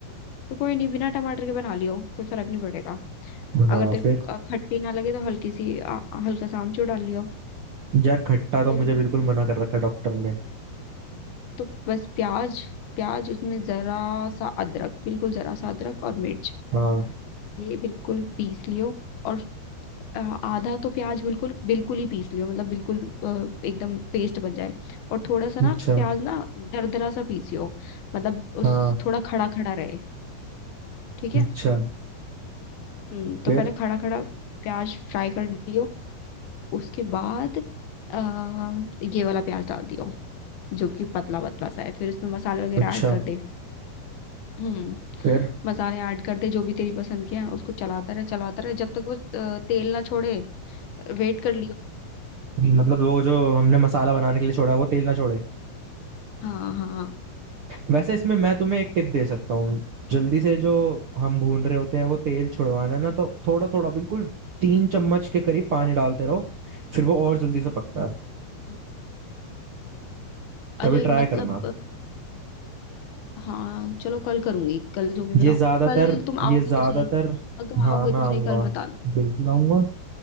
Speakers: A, on the left (about 70°); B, on the right (about 55°).
A: तो कोई नहीं बिना टमाटर के बना लियो कोई फर्क नहीं पड़ेगा
B: हाँ
A: अगर तेरे
B: फिर
A: को अ, खट्टी ना लगे तो हल्की सी अ, हल्का सा आमचूर डाल लियो
B: यार खट्टा तो
A: तो
B: मुझे बिल्कुल मना कर रखा डॉक्टर ने
A: तो बस प्याज प्याज उसमें जरा सा अदरक बिल्कुल जरा सा अदरक और मिर्च
B: हाँ
A: ये बिल्कुल पीस लियो और आ- आधा तो प्याज बिल्कुल बिल्कुल ही पीस लियो मतलब बिल्कुल अ, एकदम पेस्ट बन जाए और थोड़ा सा ना
B: अच्छा
A: प्याज ना दरदरा सा पीसियो मतलब
B: हाँ
A: उस थोड़ा खड़ा खड़ा रहे ठीक है
B: अच्छा
A: हम्म
B: फिर
A: तो पहले खड़ा खड़ा प्याज फ्राई कर लियो उसके बाद आ, ये वाला प्याज डाल दियो जो कि पतला पतला सा है फिर उसमें मसाले वगैरह
B: अच्छा
A: ऐड कर दे हम्म
B: फिर
A: मसाले ऐड कर दे जो भी तेरी पसंद के हैं उसको चलाता रहे चलाता रहे जब तक वो अ, तेल ना छोड़े वेट कर लियो
B: मतलब वो जो हमने मसाला बनाने के लिए छोड़ा है वो तेल ना छोड़े
A: हाँ हाँ
B: वैसे इसमें मैं तुम्हें एक टिप दे सकता हूँ जल्दी से जो हम भून रहे होते हैं वो तेल छुड़वाना है ना तो थोड़ा थोड़ा बिल्कुल तीन चम्मच के करीब पानी डालते रहो फिर वो और जल्दी से पकता है
A: हम्म। अरे
B: कभी ट्राई
A: मतलब
B: करना
A: हाँ चलो कल करूंगी कल जो भी बनाऊं
B: ये ज्यादातर
A: कल तुम आओगे
B: ये ज्यादातर
A: तो सही कल तुम
B: हाँ
A: आओगे
B: मैं
A: तो
B: आऊंगा
A: सही कल बताना
B: बिल्कुल आऊंगा